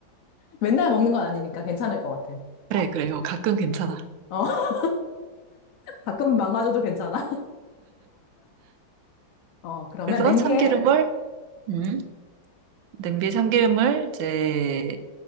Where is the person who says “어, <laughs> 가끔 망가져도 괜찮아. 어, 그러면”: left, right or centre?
Left